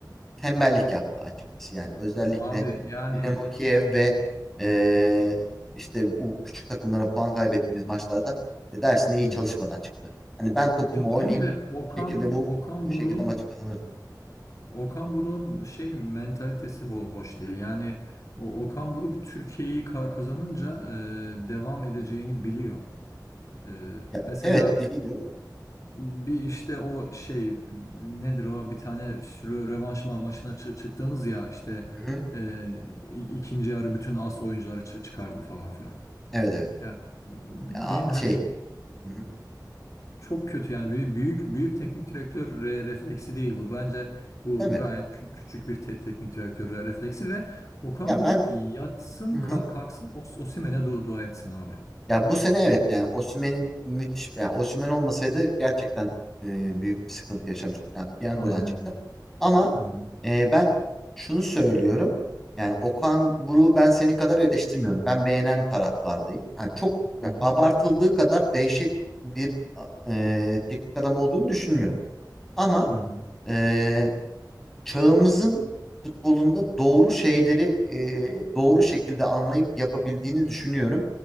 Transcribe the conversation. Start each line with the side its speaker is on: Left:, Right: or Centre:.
Centre: tembellik yaptı açıkçası. Yani özellikle
Left: Abi yani
Centre: Dinamo Kiev ve eee, işte bu küçük takımlara puan kaybettiğimiz maçlarda e, dersine iyi
Left: hı hı.
Centre: çalışmadan çıktı. Hani ben topumu
Left: Ya bence
Centre: oynayayım
Left: Okan
Centre: bir şekilde bu
Left: Okan
Centre: bu şekilde
Left: Buruk'un
Centre: maçı kazanırdım.
Left: Okan Buruk'un şey mentalitesi ho- hoş değil. Yani o Okan Buruk Türkiye'yi ka- kazanınca e, devam edeceğini
Centre: Hı hı.
Left: biliyor. E,
Centre: Ya,
Left: mesela
Centre: evet biliyor.
Left: bir işte o şey nedir o bir tane rö- rövanş ma- maçına çı- çıktınız ya işte
Centre: Hı hı.
Left: e, i- ikinci yarı bütün as oyuncuları çı- çıkardı falan filan.
Centre: Evet evet.
Left: Yani bildiğin
Centre: Ya,
Left: hani
Centre: şey. Hı hı.
Left: çok kötü yani büyük büyük, büyük teknik direktör re- refleksi değil bu. Bence bu
Centre: Tabii.
Left: gayet kü- küçük bir te- teknik direktör re- refleksi ve Okan
Centre: Ya
Left: Buruk
Centre: ben
Left: yatsın
Centre: Hı hı.
Left: ka- kalksın Os Osimhen'e du- dua etsin abi.
Centre: Ya bu sene evet yani Osimhen'in müthiş yani Osimhen olmasaydı gerçekten e, büyük bir sıkıntı yaşamıştık. Yani piyangodan
Left: Aynen
Centre: çıktı.
Left: öyle.
Centre: Ama
Left: Hı hı.
Centre: e, ben şunu söylüyorum. Yani Okan Buruk'u ben senin kadar eleştirmiyorum. Ben beğenen taraflardayım. Yani çok
Left: Hı hı.
Centre: abartıldığı kadar dehşet bir e, teknik adam olduğunu düşünmüyorum. Ama
Left: Hı hı.
Centre: e, çağımızın futbolunda doğru şeyleri e, doğru şekilde anlayıp yapabildiğini düşünüyorum.